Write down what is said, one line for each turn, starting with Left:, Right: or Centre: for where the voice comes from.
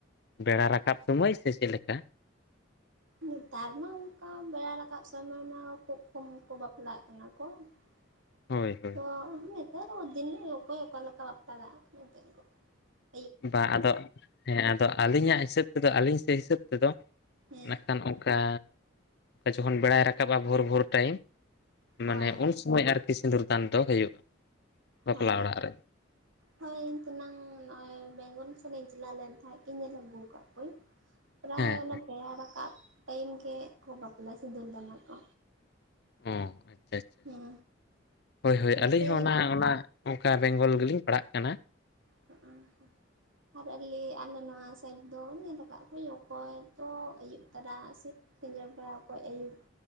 Left: ᱵᱮᱲᱟ ᱨᱟᱠᱟᱵ ᱥᱚᱢᱚᱭ ᱥᱮ ᱪᱮᱫ ᱞᱮᱠᱟ
Right: ᱱᱮᱛᱟᱨ ᱢᱟ ᱚᱝᱠᱟ ᱵᱮᱲᱟ ᱨᱟᱠᱟᱵ ᱥᱚᱢᱚᱭ ᱢᱟ ᱠᱷᱩᱵ ᱠᱚᱢ ᱠᱚ ᱵᱟᱯᱞᱟᱜ ᱠᱟᱱᱟ ᱠᱚ <unintelligible>
Left: ᱦᱳᱭ ᱦᱳᱭ
Right: ᱛᱚ ᱱᱤᱛᱚᱜ ᱫᱚ ᱫᱤᱱ ᱚᱠᱚᱭ ᱚᱠᱟ ᱞᱮᱠᱟ ᱵᱟᱯᱞᱟ <unintelligible> ᱠᱟᱱᱟᱮᱫ <unintelligible>
Left: ᱵᱟᱝ ᱟᱫᱚ ᱦᱮᱸ ᱟᱫᱚ ᱟᱹᱞᱤᱧᱟᱜ ᱦᱤᱥᱟᱹᱵ ᱛᱮᱫᱚ ᱟᱹᱞᱤᱧ ᱥᱮᱫ ᱦᱤᱥᱟᱹᱵ ᱛᱮᱫᱚ
Right: ᱦᱮᱸ
Left: ᱱᱟᱜᱠᱷᱟᱱ ᱚᱠᱟ ᱡᱚᱠᱷᱚᱱ ᱵᱮᱲᱟᱭ ᱨᱟᱠᱟᱵᱼᱟ ᱵᱷᱳᱨ ᱵᱷᱳᱨ ᱴᱟᱭᱤᱢ
Right: ᱦᱳᱭ
Left: ᱢᱟᱱᱮ ᱩᱱ ᱥᱚᱢᱚᱭ ᱟᱨᱠᱤ ᱥᱤᱸᱫᱩᱨ ᱫᱟᱱ ᱫᱚ ᱦᱩᱭᱩᱜ-ᱟ ᱵᱟᱯᱞᱟ
Right: ᱦᱳᱭ
Left: ᱚᱲᱟᱜ ᱨᱮ
Right: ᱦᱳᱭ ᱤᱧ ᱛᱤᱱᱟᱹᱝ ᱱᱚᱜ-ᱭ ᱵᱮᱝᱜᱚᱞ ᱥᱮᱱ ᱤᱧ ᱪᱟᱞᱟᱣ ᱞᱮᱱ ᱛᱟᱦᱮᱸ ᱤᱧ ᱧᱮᱞ ᱟᱹᱜᱩ ᱠᱟᱫ ᱠᱚᱣᱟᱹᱧ ᱯᱮᱨᱟᱭ
Left: ᱦᱮᱸ
Right: ᱚᱰᱮ ᱯᱮᱲᱟ ᱨᱟᱠᱟᱵ ᱴᱟᱭᱤᱢ ᱜᱮᱠᱚ ᱵᱟᱯᱞᱟ ᱥᱤᱸᱫᱩᱹᱨ ᱫᱟᱱᱟ-ᱟ᱾
Left: ᱦᱚᱸ ᱟᱪᱪᱷᱟ ᱟᱪᱪᱷᱟ
Right: ᱦᱮᱸ
Left: ᱦᱳᱭ ᱦᱳᱭ
Right: ᱱᱚᱛᱮ
Left: ᱟᱹᱞᱤᱧ ᱦᱚᱸ ᱚᱱᱟ ᱚᱱᱟ ᱚᱝᱠᱟ ᱵᱮᱝᱜᱚᱞ ᱜᱮᱞᱤᱧ ᱯᱟᱲᱦᱟᱜ ᱠᱟᱱᱟ᱾
Right: ᱦᱸ <unintelligible> ᱟᱨ ᱟᱞᱮ ᱟᱞᱮ ᱱᱚᱶᱟ ᱥᱟᱭᱤᱰ ᱫᱚ ᱧᱮᱞ ᱟᱠᱟᱜ ᱜᱮᱭᱟ ᱠᱚ ᱛᱚ ᱟᱹᱭᱩᱵ ᱛᱚᱨᱟ ᱥᱮ ᱥᱤᱸᱜᱟᱲ ᱵᱟᱲᱟ ᱚᱠᱚ ᱟᱹᱭᱩᱵ,